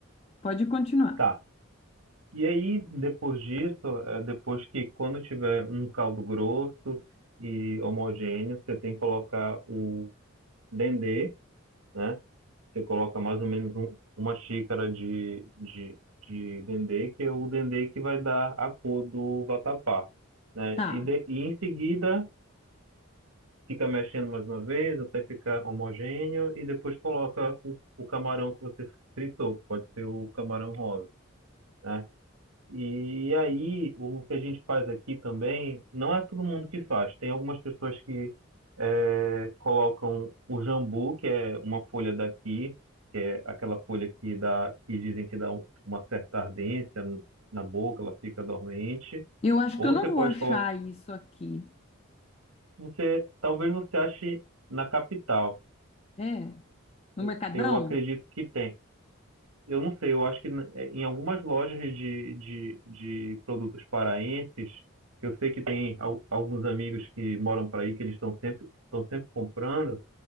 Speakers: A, on the left (about 30°); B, on the right (about 85°).
A: Pode continuar.
B: tá. E aí, depois disso, é, depois que quando tiver um caldo grosso e homogêneo, você tem que colocar o dendê, né? Você coloca mais ou menos um- uma xícara de, de, de dendê, que é o dendê que vai dar a cor do vatapá, né?
A: Tá.
B: E, de- e em seguida fica mexendo mais uma vez até ficar homogêneo e depois coloca o, o camarão que você fritou, que pode ser o camarão rosa, né? E aí, o que a gente faz aqui também, não é todo mundo que faz. Tem algumas pessoas que eh, colocam o jambu, que é uma folha daqui, que é aquela folha que dá, que dizem que dá um- uma certa ardência n- na boca, ela fica dormente.
A: Eu acho
B: Ou
A: que eu
B: você
A: não vou
B: pode
A: achar
B: colocar,
A: isso aqui.
B: você, talvez você ache na capital.
A: É, no
B: Eu
A: Mercadão?
B: eu acredito que tem. eu não sei, eu acho que eh, em algumas lojas de, de, de produtos paraenses, que eu sei que tem al- alguns amigos que moram por aí, que eles estão sempre, estão sempre comprando,